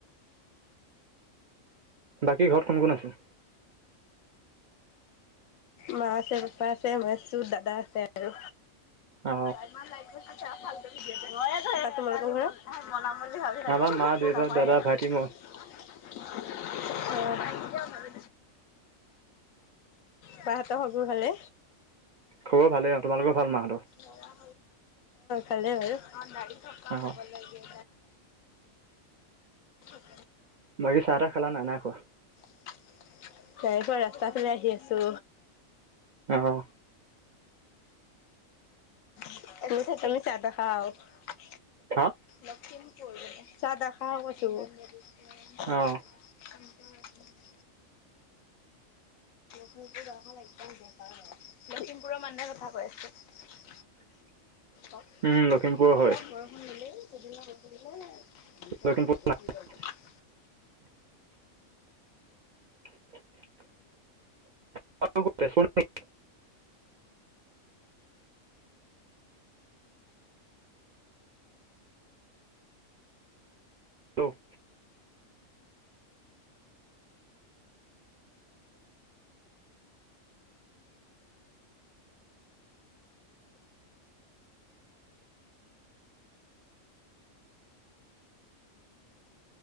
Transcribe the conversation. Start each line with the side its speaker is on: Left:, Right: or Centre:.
Right: বাকী ঘৰত কোন কোন আছে
Left: মা আছে পাপা আছে মই আছো দাদা আছে আৰু
Right: অ
Left: আৰু তোমালোকৰ ঘৰত মই বনাম
Right: আমাৰ
Left: বুলি
Right: মা, দেউতা, দাদা,
Left: ভাবি
Right: ভাইটি, মই।
Left: থাকো নাহয়য়েই অ অপাহতৰ হ-বোৰ হলে
Right: খবৰ ভালেই অ, তোমালোকৰ ভাল মা হতৰ?
Left: লৰা হলে অলপ দাৰি থকা
Right: অ,
Left: হব লাগে। <unintelligible>
Right: বাকী চাহ, তাহ খালা নে! নাই খোৱা?
Left: নাই খোৱা, ৰাস্তা ফালে আহি আছো।
Right: অঁ!
Left: <unintelligible>
Right: হা
Left: লখিমপুৰ, চাহ নাখাওঁ কৈছোঁ।
Right: অঁ!
Left: <unintelligible> লখিমপুৰ গাঁও খন একেবাৰে বেকাৰ হয়। লখিমপুৰৰ মানুহৰ কথা কৈ আছে।
Right: <unintelligible>
Left: অলপ
Right: উম লখিমপুৰৰ হয়
Left: বৰষুণ দিলেই পিছদিনা
Right: লখিমপুৰ
Left: <unintelligible> <unintelligible>
Right: <unintelligible> <inaudible> হেল্ল'